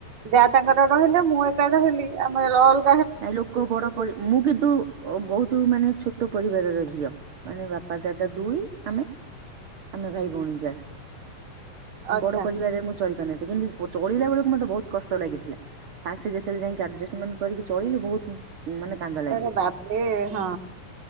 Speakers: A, on the right; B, on the right.
A: ଯା ତାଙ୍କର ରହିଲେ ମୁଁ ଏକା ରହିଲି ଆମେ ରଲ
B: ନାଇଁ ଲୋକ ବଡ଼ ପରି ମୁଁ କିନ୍ତୁ ଅ ବହୁତୁ ମାନେ ଛୋଟ ପରିବାରର ଝିଅ। ମାନେ ବାପା ଦାଦା ଦୁଇ ଆମେ ଆମେ ଭାଇ ଭଉଣୀ ଯାହା।
A: ଆଚ୍ଛା
B: ବଡ ପରିବାରରେ ମୁଁ ଚଳି ପାରୁନଥିଲି। କିନ୍ତୁ ଚଳିଲା ବେଳକୁ ମତେ ବହୁତ କଷ୍ଟ ଲାଗିଥିଲା। ଫାଷ୍ଟ ଯେତେଳେ ଯାଇକି ଆଡଜଷ୍ଟମେଣ୍ଟ କରିକି ଚଳେଇଲୁ ବହୁତ ମାନେ କାନ୍ଦ ଲାଗେ
A: ଏ ବାପରେ ହଁ।